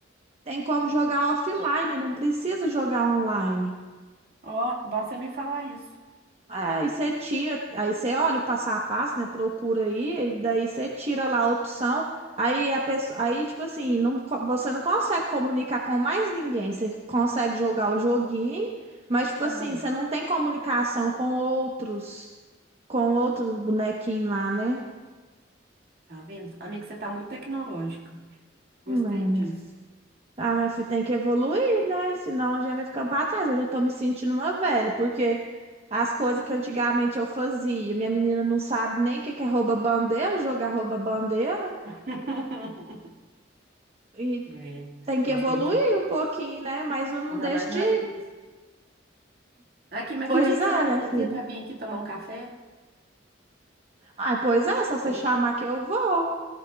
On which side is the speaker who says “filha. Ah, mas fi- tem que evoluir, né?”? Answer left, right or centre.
Right